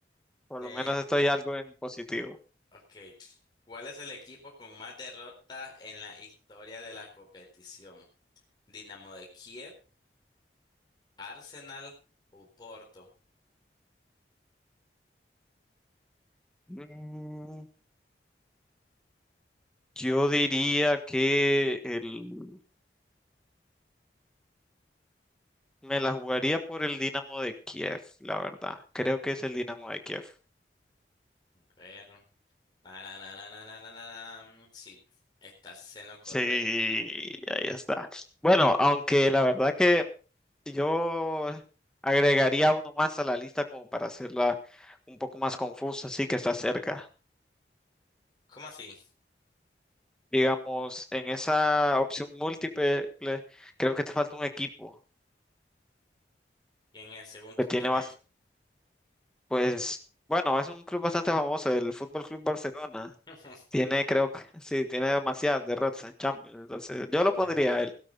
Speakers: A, in the centre; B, on the left.
A: Por
B: eh,
A: lo menos estoy algo en positivo.
B: ok. ¿Cuál es el equipo con más derrotas en la historia de la competición? ¿Dinamo de Kiev, Arsenal o Porto?
A: Mm, yo diría que el, me la jugaría por el Dinamo de Kiev, la verdad. Creo que es el Dinamo de Kiev.
B: A ver. Tarararararararam. Sí, estás en lo correcto.
A: Sí, ahí está. Bueno, aunque la verdad que yo agregaría uno más a la lista como para hacerla un poco más confusa, así que está cerca.
B: ¿Cómo así?
A: Digamos, en esa opción múltiple, creo que te falta un equipo
B: ¿Quién es? Según tú,
A: que tiene
B: ¿quién
A: más,
B: es?
A: pues, bueno, es un club bastante famoso, el Fútbol Club Barcelona.
B: <laughs>
A: Tiene, creo que, sí, tiene demasiadas derrotas en Champions. Entonces, yo
B: Ajá.
A: lo pondría a él.